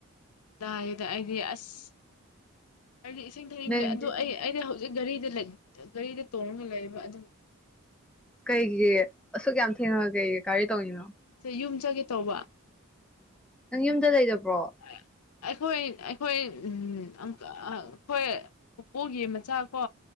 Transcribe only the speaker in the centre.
ꯅꯪꯗꯤ
ꯀꯩꯒꯤ ꯑꯁꯨꯛ ꯌꯥꯝ ꯊꯦꯡꯉꯒ ꯀꯩꯒꯤ ꯀꯔꯤ ꯇꯧꯏꯅꯣ
ꯅꯪ ꯌꯨꯝꯗ ꯂꯩꯗꯕ꯭ꯔꯣ